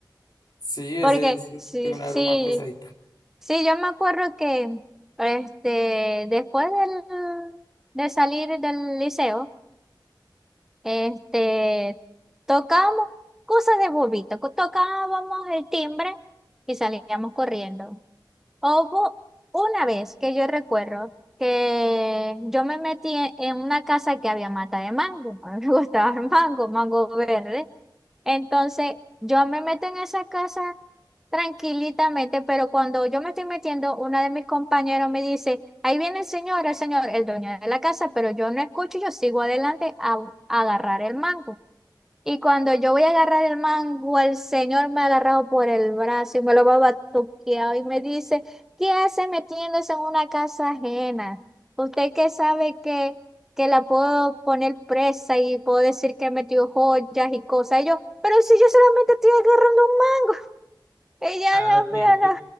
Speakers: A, on the left; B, in the centre.
A: Sí, ese
B: Porque
A: es-
B: sí,
A: fue una
B: sí,
A: broma pesadita. <laughs>
B: sí, yo me acuerdo que este, después del, de salir del liceo, Este, tocábamos cosas de bobito, co- tocábamos el timbre y salíamos corriendo. Hubo una vez que yo recuerdo que yo me metí en en una casa que había mata de mango. <laughs> A mí me <laughs> gustaba el mango, mango verde. Entonces, yo me meto en esa casa tranquilitamente, pero cuando yo me estoy metiendo, una de mis compañeros me dice, ahí viene el señor, el señor, el dueño de la casa, pero yo no escucho, yo sigo adelante a, a agarrar el mango. Y cuando yo voy a agarrar el mango, el señor me ha agarrado por el brazo y me lo va batuqueado y me dice, ¿qué hace metiéndose en una casa ajena? Usted que sabe que, que la puedo poner presa y puedo decir que metió joyas y cosas. Y yo, pero si yo solamente estoy agarrando un mango. Y yo, Dios
A: Ah, ok,
B: mío,
A: ok.
B: no.